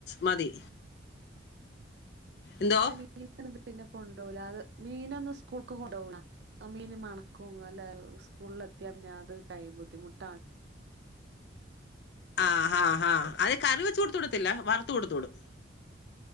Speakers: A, on the left; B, on the right.
A: മതി എന്തോ
B: മീ മീന പിന്നെ കൊണ്ടോല അത് മീനൊന്ന് സ്കൂൾക്ക് കൊണ്ടുപോ, മീൻ മണക്കും അല്ല സ്കൂളിൽ എത്തിയാ പിന്നെ അത് കൈ ബുദ്ധിമുട്ടാണ്.
A: ആഹ്,
B: പറഞ്ഞാണ്ട്
A: ആഹ്,
B: അവര് കൊണ്ടുപോകില്ല
A: ആ അത് കറിവെച്ച് കൊടത്തുടത്തില്ല. വറ് കൊടുത്തുടും